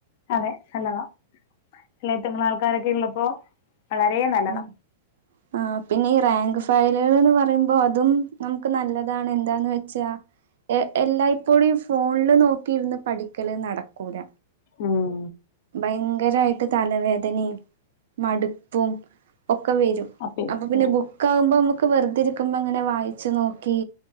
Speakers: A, on the left; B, on the right.
A: അതെ നല്ലതാ ഇളെത്തിങ്ങങ്ങളും ആൾക്കാരൊക്കെയിള്ളപ്പോ വളരേ നല്ലതാ.
B: <inaudible> ആ പിന്നെ ഈ റാങ്ക് ഫയല്കള്ന്ന് പറയുമ്പോ അതും നമുക്ക് നല്ലതാണ് എന്താന്ന് വെച്ചാ എ എല്ലായ്പ്പോഴും ഈ ഫോണിൽ നോക്കിയിരുന്ന് പഠിക്കല് നടക്കൂല.
A: ഉം
B: ഭയങ്കരായിട്ട് തലവേദനിം മടുപ്പും ഒക്കെ വെരും
A: അപ്പ ഇതാ
B: അപ്പൊ പിന്നെ
A: വരും
B: ബുക്കാവുമ്പോ മ്മക്ക് വെറുതെരിക്കുമ്പോ ങ്ങനെ വായിച്ചു നോക്കി നോക്കി